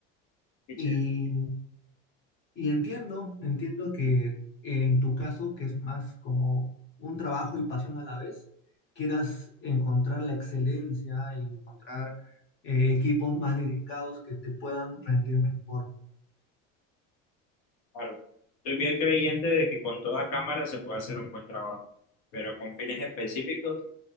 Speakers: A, on the left; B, on the left.
A: Qué chévere.
B: Y, y entiendo, entiendo que en tu caso, que es más como un trabajo y pasión a la vez, quieras encontrar la excelencia y encontrar eh, equipos más dedicados que te puedan rendir mejor.
A: Claro. Estoy bien creyente de que con toda cámara se puede hacer un buen trabajo, pero con fines específicos